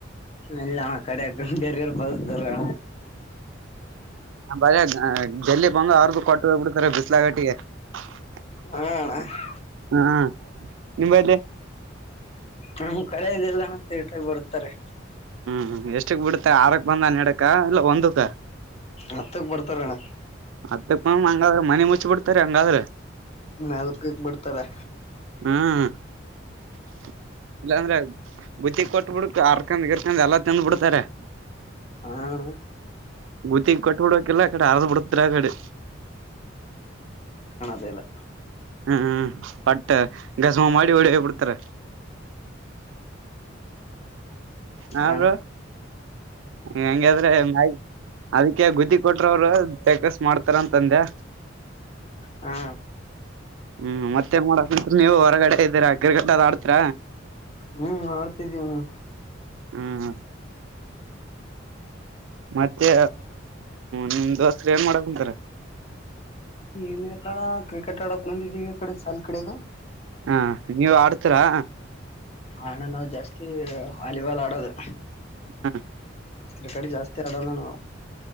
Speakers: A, on the left (about 35°); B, on the right (about 75°).
A: ಎಲ್ಲ ಕಡೆಕರ್ಗ ಬೇರೆಯವರ ಬದ್ಕತಾರೆ
B: ಬರ ಲ್ಲಿ ಬಂದು ಅವರ್ಗು ಕೊಟ್ಟ ಹೋಗ್ಬ ಬಿಡ್ತಾರೆ ಬಿಸ್ಲಾಾಗಟ್ಟಿಗೆ <inaudible>
A: ಹಾ ಅಣ್ಣ
B: ಹಾ ನಿಂಬಲ್ಲಿ
A: ನಮ್ ಕಳೆಯಲ್ಲಣಟಾಗಿ ಬರ್ತಾರೆ
B: ಹ್ಮ್ ಎಷ್ಟಕ್ ಬಿಡುತ್ತಾ ಆರಕ್ ಬಂದ ಹನೆಡಕ್ಕ ಇಲ್ಲ ಒಂದಕ್ಕ
A: ಹತ್ತಕ್ ಬರ್ತಾರ ಅಣ್ಣ
B: ಅದ ಇ ಹಂಗಾದ್ರೆ ಮನೆ ಮುಚ್ಚಿ ಬಿಡ್ತಾರೆ ಹಂಗಾದ್ರೆ
A: ನಾಲ್ಕಕ್ ಬಿಡ್ತಾರೆ
B: ಹ್ಮ <inaudible> ಇಲ್ಲ ಅಂದ್ರೆ ಬುತ್ತಿ ಕೊಟ್ಟಟ್ಬಿಡ್ಕ್ ಅರ್ಕಂದ್ ಇರ್ಕಂಡ್ ಎಲ್ಲಾ ತಂದು ಬಿಡ್ತಾರೆ
A: ಆ ಅಣ್ಣ
B: ಗೂತಿಗ್ ಕೊಟ್ಟಬ ಬಿಡಕಲ್ಲ ಆ ಕಡೆ ಆರದ್ ಬಿಡತರ ಆ ಕಡೆ
A: ಸಲ್ಲ
B: ಹ್ಮ್ ಹ್ಮ್ ಪ ಗಜಮಾ ಮಾಡಿ ಹೊಡಿ ಬಿಡ್ತಾರ ಹಾ
A: ಹ ಅಣ್ಣಾ
B: ಬ್ರೋ ಹೆಂಗಾದ್ರೆ ನ ಅದಕ್ಕೆ ಗುದ್ದಿ ಕೊಟ್ರ ಅವರು ಟಕ್ಕಸ್ ಮಾಡ್ತಾರ ಅಂತಂದೆ
A: ಹಾ
B: ಹ್ಮ್ ಮತ್ತೆ ಮಾಡೋಕ ನೀವು ಹೊರಗಡೆ ಇದ್ದೀರಾ ಕ್ರಿಕೆಟ್ ಆಡ್ತರ
A: ಹ್ಮ್ ಆಡ್ತಿದೀವಣ್ಣ
B: ಹ್ಮ ಮತ್ತೆ ನಿಮ್ದೋ ಸ ಏನ್ ಮಾಡಕ್ ಕುಂತಾರ
A: ಏನಿಲ್ಲ ಕ್ರಿಕೆಟ್ ಆಡಕ್ ಬಂದಿದ್ದವಿ ಕಡೆ ಸಾಲ ಕಡೆಗ
B: ಹಾ ನೀವ ಆಡ್ತರಾ
A: ಆಣ ನಾವು ಜಾಸ್ತಿ ವಾಲಿಬಾಲ್ ಆಡೋದು
B: ಹ್ಮ
A: ಇದರ ಕಡೆ ಜಾಸ್ತಿ ಆಡಲ್ಲ ನಾವು